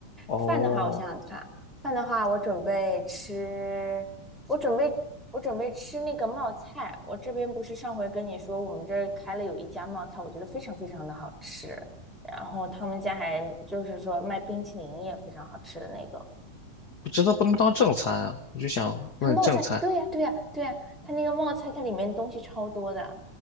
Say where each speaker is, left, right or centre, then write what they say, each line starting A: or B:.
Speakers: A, on the left; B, in the centre.
A: 哦，
B: 饭的话，我想想看，饭的话，我准备吃，我准备我准备吃那个冒菜。我这边不是上回跟你说，我们这儿开了有一家冒菜，我觉得非常非常的好吃。然后他们家还就是说卖冰淇淋也非常好吃的那个。
A: 这都不能当正餐啊，我就想问正餐。
B: 它冒菜，对呀，对呀，对呀，它那个冒菜，它里面东西超多的。